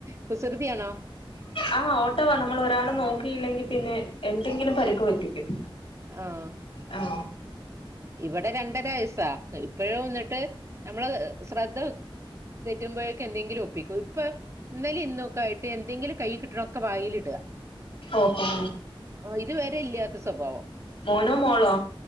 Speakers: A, on the right (about 30°); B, on the left (about 85°).
A: കുസൃതിയാണോ
B: ആഹ ഓട്ടോവാ നമ്മൾ ഒരാള നോക്കിയില്ലെങ്കി പിന്നെ എന്തെങ്കിലും പരുക്ക പറ്റിക്കും
A: ആഹ്
B: ആ
A: ഇവിടെ രണ്ടര വയസാ ഇപ്പഴും വന്നിട്ട് നമ്മള് ശ്രദ്ധ തെറ്റുമ്പോഴേക്കെ എന്തെങ്കിലും ഒപ്പിക്കും ഇപ്പൊ ഇന്നലെ ഇന്നൊക്കെ ആയിട്ട് എന്തെങ്കിലും കൈ കിട്ടണ ഒക്കെ വായിൽ ഇടുക
B: ഓഹോ
A: ആ ഇതുവരെ ഇല്ലാത്ത സ്വഭാവം
B: മോനോ മോളോ